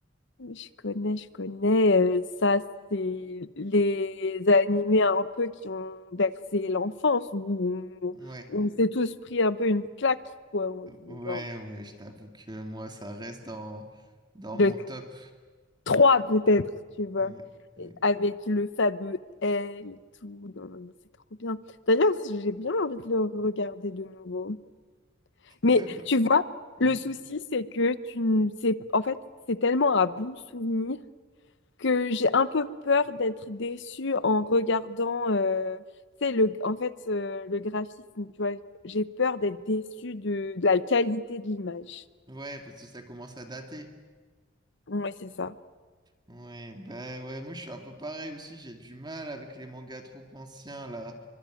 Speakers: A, on the left; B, on the right.
A: oui, Je connais, je connais. euh, ça, c'est les animés un peu qui ont bercé l'enfance, où on,
B: Ouais.
A: où on s'est tous pris un peu une claque, quoi, en se disant.
B: Ouais, ouais, je t'avoue que moi, ça reste dans, dans mon
A: Le
B: top.
A: 3, peut-être, tu vois.
B: Ouais, ouais,
A: Et Avec le fameux L et tout. Non, non, non, c'est trop bien. D'ailleurs, j'ai bien envie de le regarder de nouveau. Mais
B: ouais, bah,
A: tu vois, le
B: hmm.
A: souci, c'est que tu ne sais. En fait, c'est tellement un bon souvenir que j'ai un peu peur d'être déçue en regardant, euh, tu sais, le, en fait, euh, le graphisme, tu vois, j'ai peur d'être déçue de, de la qualité de l'image.
B: Ouais, parce que ça commence à dater.
A: Ouais, c'est ça.
B: Ouais, bah ouais, moi je suis un peu pareil aussi, j'ai du mal avec les mangas trop anciens là.